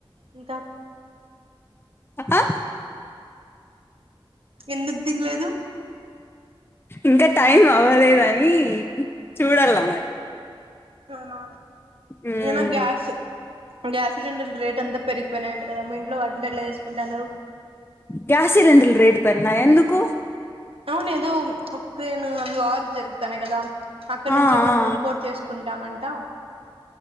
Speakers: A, on the right (about 80°); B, on the left (about 25°).
A: ఇంకా
B: అ ఆ
A: ఎందుకు తినలేదు
B: ఇంకా టైం అవ్వలేదని చూడాల మరి
A: అవునా
B: ఉమ్,
A: ఏన్న గ్యాస్ గ్యాస్ సిలిండర్లు రేట్ అంతా పెరిగిపోయినాయింట కదా మా ఇంట్లో వాటింటి ఎట్లా చేసుకుంటు అన్నారు
B: గ్యాస్ రేడ్ పెన్నా ఎందుకు
A: అవును ఏదో ఉక్రెన్ అవి వార్ జరుగుతానే కదా అక్కడ
B: ఆ
A: నుంచే
B: ఆ
A: మనం
B: ఆ.
A: ఇంపోర్ట్ చేసుకుంటామంట